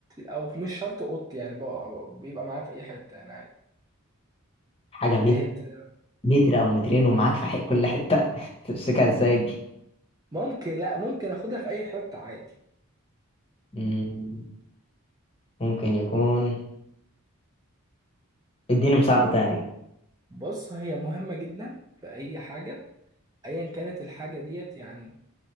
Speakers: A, on the right; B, on the left.
A: او في- مش شرط اوضتي يعني بقى- بيبقى معاه في اي حته يعني عادي
B: حاجه مت-
A: دي هنت ده.
B: متر او مترين ومعاك في حق كل حته <laughs> تمسكها ازاي دي
A: ممكن لا ممكن اخدها في اي حته عادي
B: مم، ممكن يكون اديني مساعده تاني
A: بص هي مهمه جدا في اي حاجه ايا كانت الحاجه ديت يعني